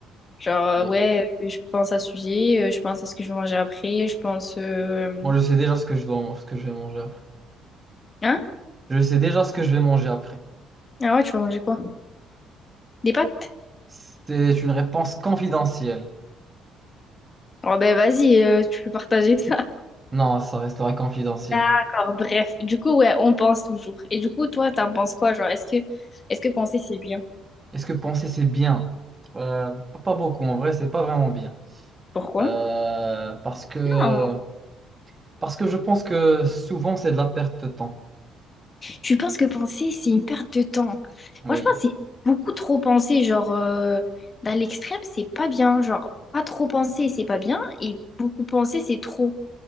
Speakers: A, on the left; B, on the right.
A: Genre, euh,
B: Oui.
A: ouais, euh, je pense à ce sujet, euh, je pense à ce que je vais manger après, je pense, euh,
B: Moi, je sais déjà ce que je dois, ce que je vais manger après.
A: hein?
B: Je sais déjà ce que je vais manger après.
A: Ah ouais, tu vas manger quoi? Des pâtes?
B: C'est une réponse confidentielle.
A: Oh ben vas-y, euh, tu peux partager ça.
B: Non, ça restera confidentiel.
A: D'accord, bref. Du coup, ouais, on pense toujours. Et du coup, toi, t'en penses quoi? Genre, est-ce que est-ce que penser c'est bien?
B: Est-ce que penser c'est bien? Euh, pas pas beaucoup, en vrai, c'est pas vraiment bien.
A: Pourquoi?
B: Euh, parce que,
A: Non,
B: parce que je pense que souvent c'est de la perte de temps.
A: tu penses que penser c'est une perte de temps.
B: Oui.
A: Moi, je pense que c'est beaucoup trop penser. Genre, euh, dans l'extrême, c'est pas bien. Genre, pas trop penser, c'est pas bien. Et beaucoup penser, c'est trop.